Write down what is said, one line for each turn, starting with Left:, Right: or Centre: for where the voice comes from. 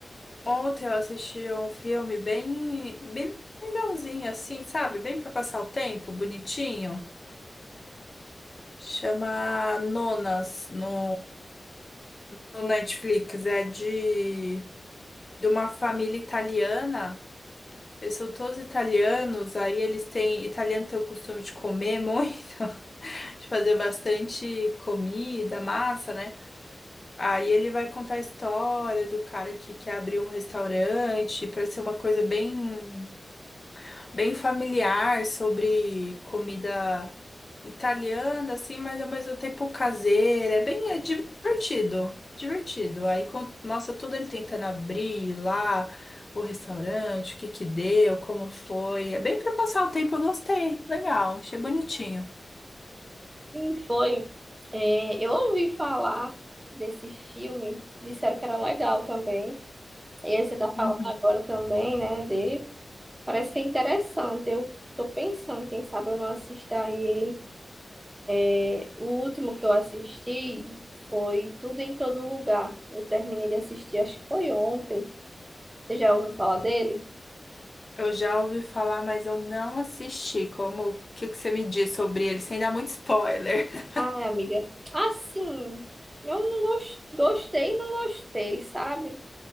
Left: ontem eu assisti um filme bem, bem legalzinho, assim, sabe? Bem pra passar o tempo, bonitinho. Chama Nonas no, no Netflix. É de, de uma família italiana. Eles são todos italianos, aí eles têm. Italiano tem o costume de comer muito, <laughs> de fazer bastante comida, massa, né? Aí ele vai contar a história do cara que quer abrir um restaurante para ser uma coisa bem, bem familiar sobre comida italiana, assim, mas ao mesmo tempo caseira. É bem é divertido, divertido. Aí con- mostra tudo ele tentando abrir lá o restaurante, o que que deu, como foi. É bem para passar o tempo, eu gostei. Legal, achei bonitinho.
Right: Sim, foi. É, eu ouvi falar desse filme, disseram que era legal também. E aí, você tá falando
Left: Uhum.
Right: agora também, né, dele. Parece ser interessante. Eu tô pensando, quem sabe eu não assista a ele. É, O último que eu assisti foi Tudo em Todo Lugar. Eu terminei de assistir, acho que foi ontem. Você já ouviu falar dele?
Left: Eu já ouvi falar, mas eu não assisti. Como, o que que você me diz sobre ele, sem dar muito spoiler? <laughs>
Right: Ai, amiga. Assim, eu não gos- gostei, e não gostei, sabe?